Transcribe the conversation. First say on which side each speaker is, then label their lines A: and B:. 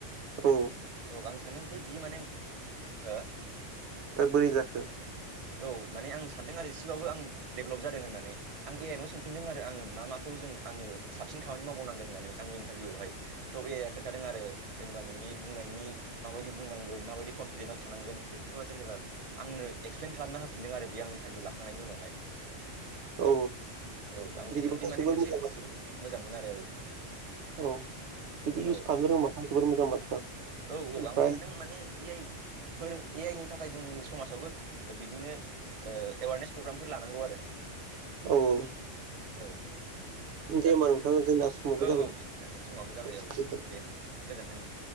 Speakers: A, on the right; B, on the right.
A: औ।
B: औ आं सानो ओमफ्राय बियो माने हो?
A: दा बोरै जाखो?
B: औ माने आं सानदों आरो एसेबाबो आं डेभलप जादों होननानै आं ए आइ नाव सोंफिनदों आरो आङो मा माखौ जों आंङो साबसिन खानि मावबावनांगोन होननानै आंनि इन्टारभिउआव हाय त' ए आइ आ खोन्थादों आरो जेनेबा नोंनि बुं बुंनायनि मानबायदि बुंनांगौ मा बायदि कनफिदेन्टआव थानांगोन बेफोरखौ जेनेबा आंनो एक्स्लेन खालामना होफिनदों आरो बे आं इन्टारभिउ लाखांनायनि उनावहाय। <inaudible>
A: औ।
B: औ आं
A: बिदिबाथ'
B: सानदों बे माने
A: जोबोर
B: मोनसे
A: मोजां
B: जोबोद मोजांमोन आरो औ।
A: औ बिदि इउस
B: औ
A: खालामनो रोबा जोबोर मोजां बाथ्रा।
B: औ औ
A: ओमफ्राय
B: आंबो सानदों माने ए आइ फोरों ए आइनि थाखाय जोंनि समाजाबो बिदिनो ओ एवारनेस प्रग्रामफोर लानांगौ आरो।
A: औ औ
B: औ
A: दे
B: दा
A: होमबा नोंथां जोंना समावबो
B: औ औ थांनाय समाबो
A: जाबायना
B: जाबाय औ दे होमब्ला। गोजोनथों ओं।